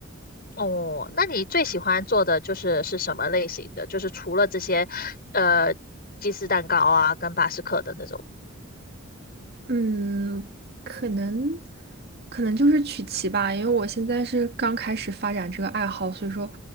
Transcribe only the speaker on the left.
哦，那你最喜欢做的就是是什么类型的？就是除了这些，呃，鸡丝蛋糕啊，跟巴斯克的那种。